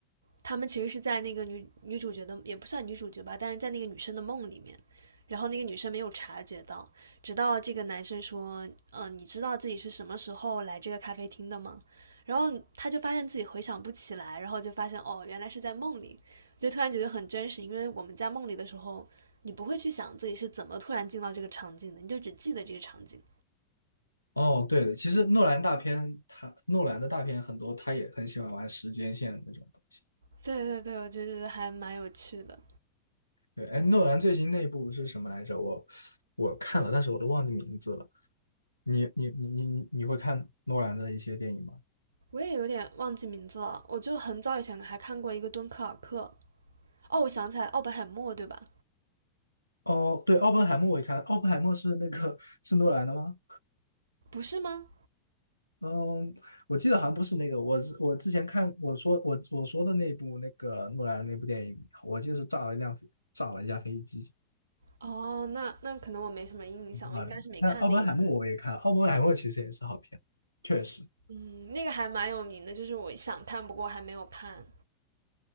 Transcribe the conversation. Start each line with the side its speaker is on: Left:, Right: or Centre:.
Right: 他们其实是在那个女女主角的也不算女主角吧，但是在那个女生的梦里面，然后那个女生没有察觉到，直到这个男生说：“嗯、呃你知道自己是什么时候来这个咖啡厅的吗？”然后他就发现自己回想不起来，然后就发现哦，原来是在梦里，就突然觉得很真实，因为我们在梦里的时候，你不会去想自己是怎么突然进到这个场景的，你就只记得这个场景。
Left: 哦，对的，其实诺兰大片，他诺兰的大片很多，他也很喜欢玩时间线那种东西
Right: 对对对，我就觉得还蛮有趣的。
Left: 对，哎，诺兰最新那部是什么来着？我我看了，但是我都忘记名字了。你你你你你会看诺兰的一些电影吗？
Right: 我也有点忘记名字了，我就很早以前还看过一个敦刻尔克，哦，我想起来，奥本海默对吧？
Left: 哦，对，奥本海默我也看，奥本海默是那个是诺兰的吗？
Right: 不是吗？
Left: 嗯，我记得好像不是那个，我是我之前看我说我我说的那部那个诺兰的那部电影，我记得是炸了一辆飞炸了一架飞机。
Right: 哦，那那可能我没什么印象，我应该是没看那一部。
Left: 哎，那奥本海默我也看了，奥本海默其实也是好片。确实，
Right: 嗯，那个还蛮有名的，就是我想看，不过还没有看。